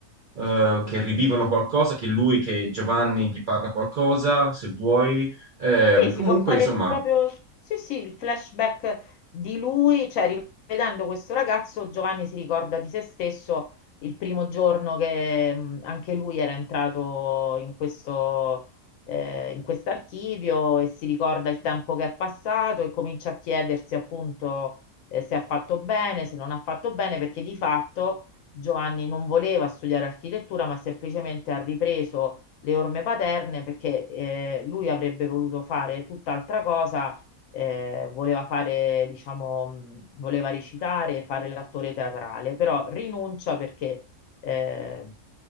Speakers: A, on the right; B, on the left.
A: eh, che rivivono qualcosa, che lui, che Giovanni gli parla qualcosa, se vuoi. Eh,
B: Sì, si
A: comunque,
B: può fare
A: insomma,
B: proprio, sì, sì, il flashback di lui, cioè rivedendo questo ragazzo, Giovanni si ricorda di se stesso il primo giorno che mh, anche lui era entrato in questo, eh, in quest'archivio e si ricorda il tempo che è passato e comincia a chiedersi appunto, eh, se ha fatto bene, se non ha fatto bene, perché di fatto Giovanni non voleva studiare architettura, ma semplicemente ha ripreso le orme paterne perché eh, lui avrebbe voluto fare tutt'altra cosa, eh, voleva fare, diciamo, mh, voleva recitare e fare l'attore teatrale, però rinuncia perché eh,